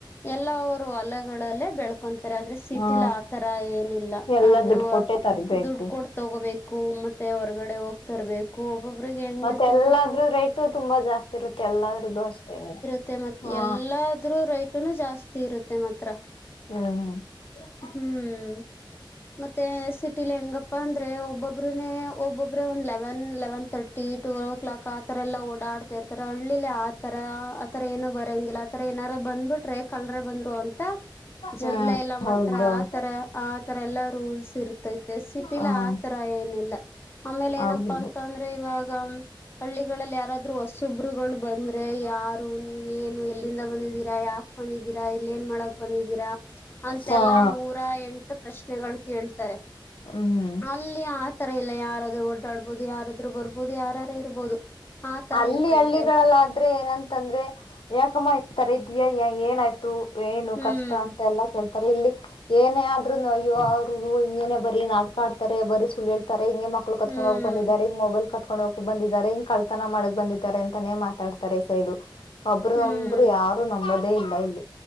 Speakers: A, on the left; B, on the left.
A: ಎಲ್ಲ ಹೊಲಲ್ಲ ಬೆಳ ಕಕೊಂತಾರೆ ಅ್ರೆ ಸಿಟಿಲ್
B: ಹಾ
A: ಆತರ ಏನಿಲ್ಲ
B: ಎಲ್ಲ
A: ಅಂದ್ರೆ
B: ದುಡ್ಡು ಕೊಟ್ಟೆ ತರ್ಬೇಕು
A: ದುಡ್ ಕೊಡ್ ತಗೋಬೇಕು ು ಮತ್ತೆ ಹೊರ್ಗಡೆ ಹೋಗ್ತರ್ಬೇಕು ಒಬ್ಬೊಬ್ರಿಗೆ ಹೆಂಗಿರ್ತೈತಪ್ಪಾ
B: ಮತ್ತೆ ಎಲ್ಲಾದ್ರೂ ರೇಟು ತುಂಬಾ ಜಾಸ್ತಿ ಇರುತ್ತೆ ಎಲ್ಲಾದ್ರ್ದು ಅಷ್ಟೇನೆ
A: ಮತ್ತ ಮತ್ತೆ
B: ಹಾ
A: ಎಲ್ಲಾದ್ರೂ ರೇಟನು ಜಾಸ್ತಿ ಇರುತ್ತೆ ಮಾತ್ರ
B: ಹ್ಮ್ ಹ್ಮ್ಮ್.
A: ಹ್ಮ್ ಮತ್ತೆ ಸಿಟಿಲಿ ಹೆಂಗಪ್ಪಾ ಅಂದ್ರೆ ಒಬ್ಬೊಬ್ರನೆ ಒಬ್ಬೊಬ್ಬ್ರೇ ಒಂದ್ eleven eleven thirty twelve clock ಆತರ ಎಲ್ಲ ಓಡಾಡ್ಾ ಇರ್ತಾರೆ ಹಳ್ಳಿಲಿ ಆತರ ಆತರ ಏನು ಬರೋಂಗಿಲ್ಲ ಆತರ ಏನಾರು ಬಂದ್ಬಿಟ್ಟು ಕಳ್ರೆ ಬಂದ್ರು ಅಂತ ಜಗಳ
B: ಹ್ಮ್
A: ಎಲ್ಲಾ ಮಾಡ್ತ
B: ಹೌದೌದು
A: ಆರ ಆತರ ಆತರ ಎಲ್ಲಾ ರೂಲ್ಸ್ ಇರ್ತೈತೆ ಸಿಟಿಲ
B: ಹ್ಮ್
A: ಆತರ ಏನಿಲ್ಲ ಆಮೇಲೆ
B: ಹೌದು
A: ಏನಪ್ಪಾ ಅಂತ ಅಂದ್ರೆ ಇವಾಗ ಹಳ್ಳಿಗಳಲ್ಲಿ ಯಾರಾದ್ೂ ಹೊಸೊಬ್ರುಗಳು ಬಂದ್ರೆ ಯಾರು ನೀವ ಏನು ಎಲ್ಲಿಂದ ಬಂದಿದೀ ಯಾಕೆ ಬಂದಿದ್ದೀರಾ ಇಲ್ಲ ಏನ್ ಮಾಡಕ್ ಬಂದಿದ್ದೀರಾ ಅಂತ
B: ಹಾ
A: ಲ್ಲಾ ನೂರ ಎಂಟು ಪ್ರಶ್ ಪ್ರಶ್ನೆಗಳು ಕೇಳ್ತಾರೆ
B: ಹ್ಮ್
A: ಅಲ್ಲಿ ಆತರ ಇಲ್ಲ ಯ ಯಾರಾದ್ರೂ ಓಡಾಡ್ಬಹುದು ಯಾರಾದ್ರೂ ಬರ್ಬಹದು ಯಾರಾರು ಇರ್ಬೋದು ಆ ತರ
B: ಅಲ್ಲಿ
A: ಇರ್ತೈತೆ
B: ಹಳ್ಳಿಗಳಲ್ಲಾದ್ರೆ ಏನಂತಂದ್ರೆ ಯಾಕಮ ತರ ಇದಯಾ ಏನಾಯ್ತು ಏನು
A: ಹ್ಮ್
B: ಕಷ್ಟ ಅಂತ ಎಲ್ಲಾ ಕೆಲ್ಸ ಇಲ್ಲಿ ಏನೇ ಆದ್ರುನು ಅಯ್ಯ ಅವ್ರಗ ಹಿಂಗೇನೆ ಬರಿೀ ನಾಕ ಆಡ್ತಾರೆ ಬರೀ ಸುಳ್ಳೇಳ್ತಾರೆ ಹಂಗೆ ಮಕ್ಕಳ ಕಕೊಂಡ
A: ಹ್ಮ್
B: ಹೋಗ ಬಂದಿದ್ದಾರೆ ಮೊೈಲ್ ಕೊಂಡೋಗಕ್ ಬಂದಿದ್ದಾರೆ ಹಂಗ ಕ ನ ಮಾಡಕ್ ಬಂದಿದ್ದಾರೆ ಅಂತಾನೇ ಮಾತಾಡ್ತಾರೆ ಸೈಡು ಒಬ್ಬರು
A: ಹ್ಮ್
B: ನಂಬರು ಯಾರು ನಂಬರ್ ಅೇ ಇಲ್ಲ ಇಲ್ಲಿ